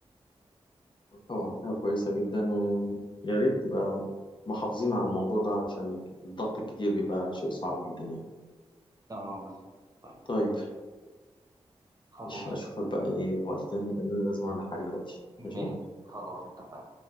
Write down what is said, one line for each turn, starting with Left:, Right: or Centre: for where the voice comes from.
Left: طبعا حاجة كويسة جدا ويا ريت نبقى محافظين على الموضوع ده عشان الضغط الكتير بيبقى شيء صعب جدا يعني
Right: اه بالظبط طيب
Left: طيب
Right: خلاص
Left: مش أشوفك بقى إيه وقت تاني لأن أنا لازم أعمل حاجة دلوقتي
Right: ماشي
Left: ماشي
Right: خلاص اتفقنا